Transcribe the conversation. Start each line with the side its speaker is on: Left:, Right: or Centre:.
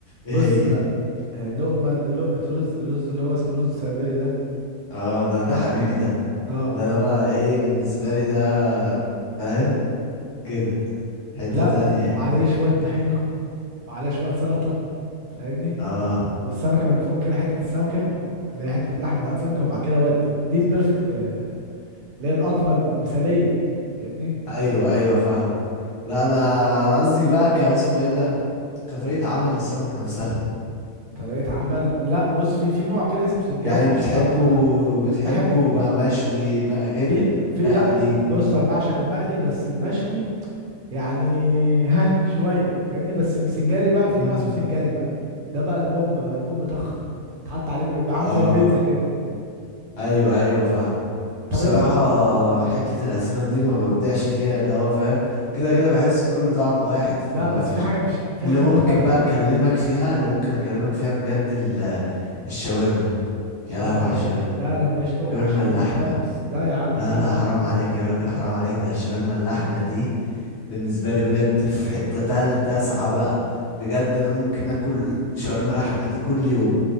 Left: هي
Right: بص بقى اللقمه لقمه رز الرز اللي هو اسمه رز الصياديه ده
Left: اه ده ده
Right: طب-
Left: حبيبي ده
Right: اه
Left: ده انا بقى ايه بالنسبة لي ده فاهم كده حتة
Right: ولا
Left: تانية يعني
Right: وعليه شوية طحينة وعليه شوية سلطة فاهمني
Left: اه
Right: والسمكة من فوق كده حتة السمكة اللي هي حتة اللحم بتاعت السمكة وبعد كده ودي بقى دي البرفكت آه، اللي هي القطمة المثالية فاهمني
Left: ايوه ايوه فاهم لا انا انا قصدي بقى كاسمه ايه ده كطريقة عمل للسمك نفسها
Right: طريقة عمل لا بص في في نوع كده اسمه سنجاري
Left: يعني
Right: مش
Left: بتحبه
Right: عارف تعرفه ولا لا
Left: بتحبه
Right: بحب
Left: بقى مشوي ما كده
Right: في في
Left: مقلي
Right: لا
Left: كده
Right: بص انا بعشق المقلي بس المشوي يعني ها شوية فاهمني بس السنجاري بقى في
Left: امم
Right: نوع اسمه سنجاري بقى ده بقى البوم بقى البوم طخ تحط عليه من- بيبقى
Left: اه
Right: عامل زي البيتزا كده
Left: ايوه ايوه فاهمة بصراحة
Right: طب انت
Left: حتة الاسماك دي ما ببدعش فيها اللي هو فاهم كده كده بحس كل طعم واحد فما
Right: لا بس
Left: فيش
Right: في حاجة
Left: بيه
Right: مش في
Left: اللي
Right: حاجة
Left: ممكن
Right: مختلفة
Left: بقى اكلمك
Right: بقى
Left: فيها اللي ممكن اكلمك فيها بجد ال- الشاورما
Right: الشاورما
Left: يا لهوي على
Right: ايه
Left: الشاورما
Right: لا انا ماليش تقل
Left: شاورما
Right: على الشاورما
Left: اللحمة
Right: خالص لا يا عم
Left: لا
Right: لا
Left: لا
Right: لا
Left: حرام
Right: لا
Left: عليك يا راجل حرام عليك ده الشاورما اللحمة دي بالنسبة لي بجد في حتة تالتة تسعة بقى بجد أنا ممكن آكل شاورما لحمة دي كل يوم